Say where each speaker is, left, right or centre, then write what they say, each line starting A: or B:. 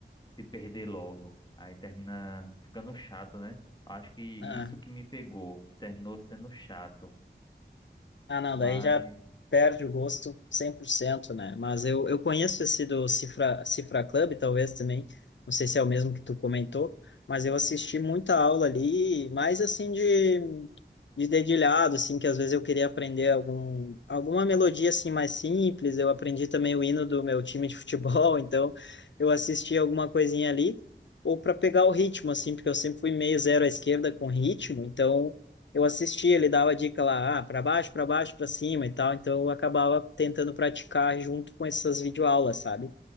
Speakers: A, on the left (about 25°); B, on the left (about 80°).
A: se perder logo. Aí termina ficando chato, né? Acho que isso
B: Ah,
A: que me pegou, terminou sendo chato.
B: Ah, não,
A: Mas
B: daí já perde o gosto cem por cento né? Mas eu, eu conheço esse do Cifra, Cifra Club, talvez também, não sei se é o mesmo que tu comentou, mas eu assisti muita aula ali, mais assim de, de dedilhado, assim, que às vezes eu queria aprender algum, alguma melodia assim mais simples, eu aprendi também o hino do meu time de futebol, <laughs> então eu assisti alguma coisinha ali, ou para pegar o ritmo, assim, porque eu sempre fui meio zero à esquerda com ritmo, então eu assistia, ele dava dica lá, ah, para baixo, para baixo, para cima e tal, então eu acabava tentando praticar junto com essas videoaulas, sabe?